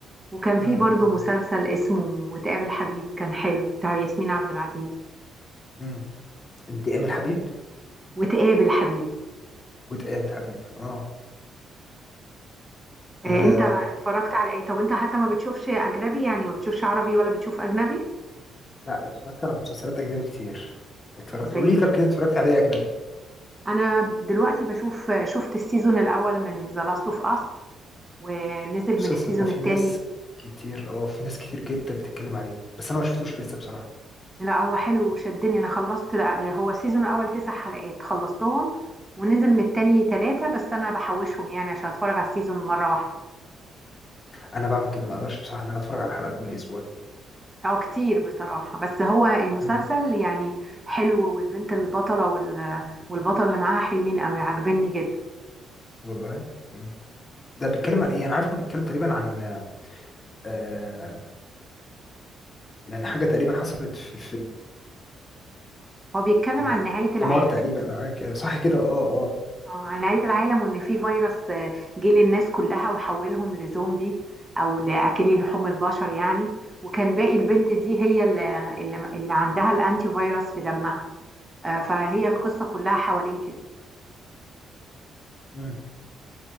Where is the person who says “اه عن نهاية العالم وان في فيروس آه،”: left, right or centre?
Right